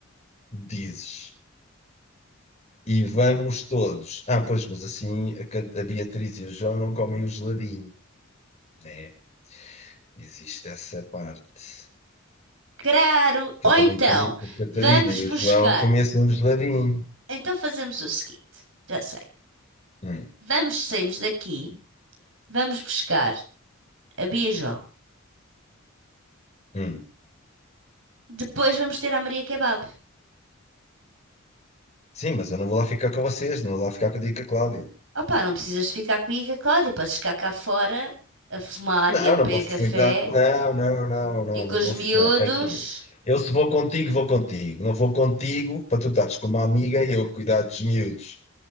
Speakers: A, on the left; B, on the right.
A: dizes e vamos todos. Ah, pois, mas assim a, Ca- a Beatriz e o João não comem o geladinho, né? Existe essa parte
B: Claro!
A: que
B: Ou
A: eu também
B: então,
A: queria que a Catarina
B: vamos
A: e
B: buscar.
A: o João comessem um geladinho.
B: Então fazemos o seguinte: já sei.
A: Hum,
B: Vamos, saímos daqui, vamos buscar a Bia João.
A: hum.
B: Depois vamos ter a Maria Kebab.
A: Sim, mas eu não vou lá ficar com vocês, não vou lá ficar contigo e com a Cláudia.
B: Opa, não precisas de ficar comigo, é claro. e com a Cláudia. Podes ficar cá fora a fumar
A: Não,
B: e a beber
A: não vou ficar.
B: café
A: Não, não, não, não,
B: e com
A: não
B: os
A: vou.
B: miúdos.
A: Não, é assim. Eu se vou contigo, vou contigo. Não vou contigo para tu estares com uma amiga e eu cuidar dos miúdos.